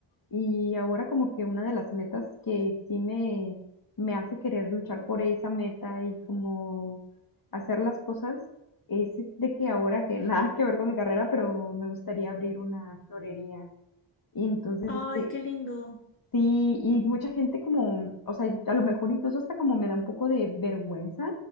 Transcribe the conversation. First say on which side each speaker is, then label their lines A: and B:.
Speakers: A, on the left; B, on the left.
A: Y ahora como que una de las metas que sí me, me hace querer luchar por esa meta y como hacer las cosas es de que ahora que <laughs> nada que ver con mi carrera, pero me gustaría abrir una florería. Y entonces
B: ay,
A: este,
B: qué lindo?
A: Sí, y mucha gente como, o sea, a lo mejor incluso hasta como me da un poco de vergüenza,